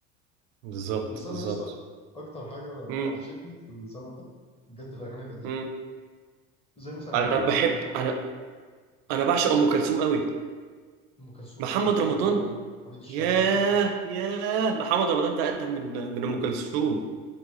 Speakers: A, on the right; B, on the left.
A: بالظبط
B: بس
A: بالظبط
B: أنا لسه أكتر حاجة وحشتني
A: امم
B: في الزمن ده بجد الأغاني القديمة
A: امم
B: زي مثلا
A: انا
B: أغاني محمد
A: بحب
B: رمضان
A: انا انا بعشق ام كلثوم قوي
B: أم كلثوم
A: محمد
B: محمد
A: رمضان
B: رمضان حميد الشاعري
A: ياه
B: الناس دول
A: ياه محمد رمضان ده اقدم من من ام كلثوم